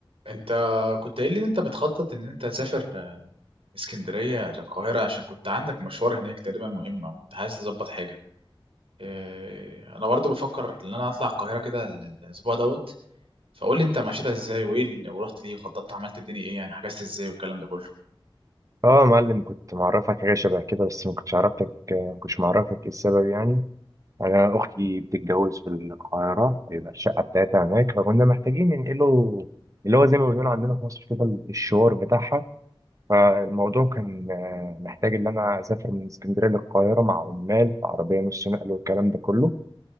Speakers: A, on the right; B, on the right.
A: انت كنت قايل لي ان انت بتخطط ان انت تسافر آه، اسكندرية القاهرة عشان كنت عندك مشوار هناك تقريبا مهم او كنت عايز تظبط حاجة آه، انا برضه بفكر ان انا هطلع القاهرة كده ال- الاسبوع دوت فقول لي انت مشيتها ازاي وايه ال- ورحت ليه وخططت عملت الدنيا ايه يعني حجزت ازاي والكلام ده كله
B: اه يا معلم كنت معرفك حاجه شبه كده بس ما كنتش عرفتك ما كنتش معرفك ايه السبب يعني انا اختي بتتجوز في القاهره هيبقى الشقه بتاعتها هناك فكنا محتاجين ننقله اللي هو زي ما بنقول عندنا في مصر كده الشوار بتاعها فالموضوع كان آه، محتاج ان انا اسافر من اسكندريه للقاهره مع عمال في عربيه نص نقل والكلام ده كله